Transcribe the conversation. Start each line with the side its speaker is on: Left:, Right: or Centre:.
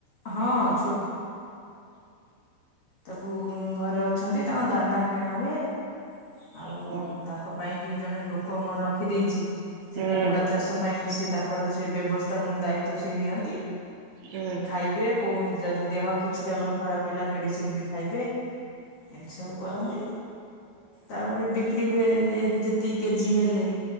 Left: ହଁ ତାବୁ ଘରେ ଅଛନ୍ତି ତାଙ୍କ ଦାନା କିଣା ହୁଏ। ଆଉ
Right: ହୁଁ
Left: ତାଙ୍କ ପାଇଁ ବି ଜଣେ ଲୋକ ମୁଁ ରଖିଦେଇଛି। ସେ
Right: ହୁଁ
Left: କୁକୁଡା ଚାଷ ପାଇଁ ସେ ତାଙ୍କର ସେ ବ୍ୟବସ୍ଥା ମୁଁ ଦାୟିତ୍ଵ ସେ ନିଅନ୍ତି।
Right: ହୁଁ।
Left: ଯିବେ କୌଣସି ଯଦି ଦେହ କିଛି ତାଙ୍କର ଖରାପ ହେଲା ମେଡିସିନ ବି ଖାଇବେ। ଏମିତି ସବୁ କରନ୍ତି ତାପରେ ବିକ୍ରି ହୁଏ ଯେ ଯେତିକି କେଜି ହେଲେ